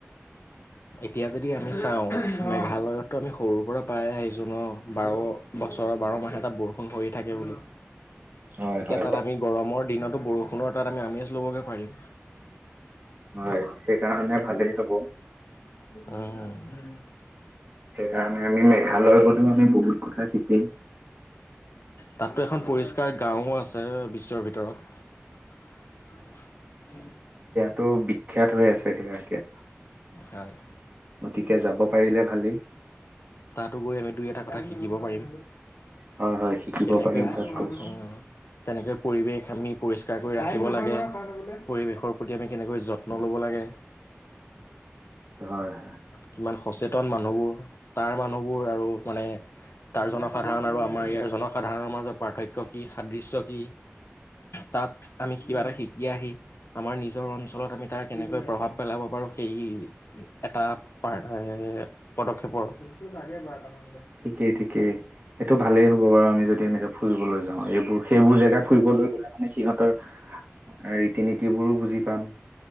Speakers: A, on the left; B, on the right.
A: এতিয়া যদি আমি চাওঁ মেঘালয়তো আমি সৰুৰ পৰা পায় আহিছো ন? বাৰ বছৰৰ বাৰ মাহে তাত বৰষুণ হৈয়ে থাকে বুলি।
B: হয়
A: এতিয়া
B: হয়
A: তাত আমি গৰমৰ দিনতো বৰষুণৰ তাত আমি আমেজ ল'বগৈ পাৰিম।
B: হয়, সেইকাৰণে ভালেই হ'ব।
A: <unintelligible> উম।
B: সেইকাৰণে আমি মেঘালয় গ'লেও আমি বহুত কথা শিকিম।
A: তাতো এখন পৰিচ গাওঁ আছে বিশ্বৰ ভিতৰত।
B: টো বিখ্যাত হৈ আছে সেয়া এতিয়া।
A: হয়।
B: গতিকে যাব পাৰিলে ভালেই।
A: তাতো গৈ আমি দুই এটা <unintelligible> শিকিব পাৰিম।
B: হয় হয় শিকিব
A: কেনেকে
B: পাৰিম তাত গৈ
A: উম, তেনেকে পৰিৱেশ আমি পৰিষ্কাৰ কৰি ৰাখিব লাগে। পৰিৱেশৰ প্ৰতি আমি কেনেকৈ যত্ন ল'ব লাগে।
B: হয় হয়
A: কিমান সচেতন মানুহবোৰ। তাৰ মানুহবোৰ আৰু মানে তাৰ জনসাধাৰণ আৰু আমাৰ ইয়াৰ জনসাধাৰণৰ মাজৰ পাৰ্থক্য কি সাদৃশ্য কি। তাত আমি কিবা এটা শিকি আহি, আমাৰ নিজৰ অঞ্চলত আমি তাৰ কেনেকৈ প্ৰভাৱ পেলাব পাৰোঁ সেই এটা পা এ, পদক্ষেপৰ <inaudible>
B: ঠিকেই ঠিকেই, সেই এইটো ভালেই হ'ব বাৰু আমি যদি এনেক ফুৰিবলৈ যাওঁ। এই বোৰ সেইবোৰ জেগা ফুৰিবলৈ গ'লে মানে সিহঁতৰ ৰীতি নীতিবোৰো বুজি পাম।